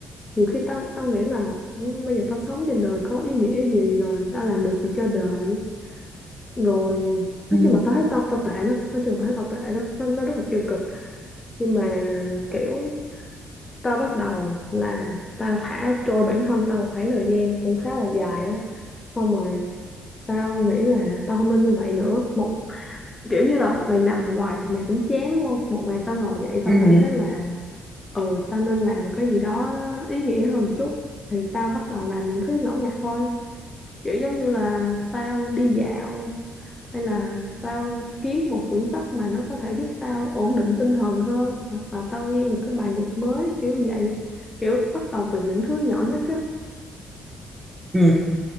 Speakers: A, on the left (about 25°); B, on the right (about 20°).
A: nhiều khi tao tao nghĩ là "Ừ, bây giờ tao sống trên đời có ý nghĩa gì rồi tao làm được gì cho đời rồi nói
B: ừ
A: chung là tao thấy tao tao tệ lắm nói chung tao thấy tao tệ lắm nó, nó rất là tiêu cực nhưng mà kiểu tao bắt đầu là tao thả trôi bản thân tao một khoảng thời gian cũng khá là dài á xong rồi tao nghĩ là tao không nên như vậy nữa một kiểu như là mày nằm hoài thì mày cũng chán đúng không một ngày tao ngồi dậy tao
B: ừ
A: cảm thấy là ừ tao nên làm một cái gì đó nó, nó ý nghĩa hơn một chút thì tao bắt đầu làm những thứ nhỏ nhặt thôi kiểu giống như là tao đi dạo hay là tao kiếm một quyển sách mà nó có thể giúp tao ổn định tinh thần hơn hoặc là tao nghe một cái bài nhạc mới kiểu vậy kiểu bắt đầu từ những thứ nhỏ nhất á
B: ừ